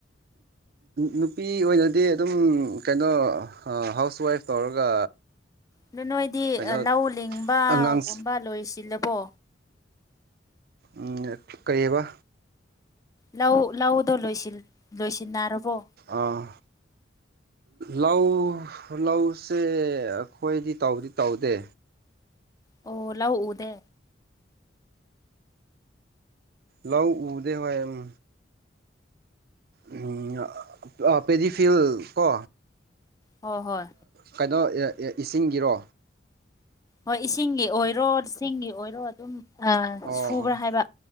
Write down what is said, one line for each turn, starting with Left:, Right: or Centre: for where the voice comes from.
Right: ꯅꯨꯄꯤ ꯑꯣꯏꯔꯗꯤ ꯑꯗꯨꯝ ꯀꯩꯅꯣ ꯍꯥꯎꯁ ꯋꯥꯏꯐ ꯇꯧꯔꯒ
Left: ꯑꯗꯨ ꯅꯣꯏꯗꯤ
Right: ꯀꯩꯅꯣ
Left: ꯂꯧ ꯂꯤꯡꯕꯒꯨꯝꯕ
Right: ꯑꯉꯥꯡ
Left: ꯂꯣꯏꯁꯤꯜꯂꯕꯣ
Right: ꯑꯝ ꯀꯩꯑꯕ
Left: ꯂꯧ ꯂꯧꯗꯣ ꯂꯣꯏꯁꯤꯟꯅꯔꯕꯣ
Right: ꯑꯥ ꯂꯧ ꯂꯧꯁꯦ ꯑꯩꯈꯣꯏꯗꯤ ꯇꯧꯗꯤ ꯇꯧꯗꯦ
Left: ꯑꯣ ꯂꯧꯎꯗꯦ
Right: ꯂꯧ ꯎꯗꯦ ꯍꯣꯏ ꯎꯡ ꯑꯝ ꯑ ꯄꯦꯗꯤꯐꯤꯜ ꯀꯣ
Left: ꯍꯣꯏ ꯍꯣꯏ
Right: ꯀꯩꯅꯣ ꯑ ꯑ ꯏꯁꯤꯡꯒꯤꯔꯣ
Left: ꯍꯣꯏ ꯏꯁꯤꯡꯒꯤ ꯑꯣꯏꯔꯣ ꯆꯤꯡꯒꯤ ꯑꯣꯏꯔꯣ ꯑꯗꯨꯝꯑꯥ
Right: ꯑꯣ
Left: ꯁꯨꯕ꯭ꯔꯥ ꯍꯥꯏꯕ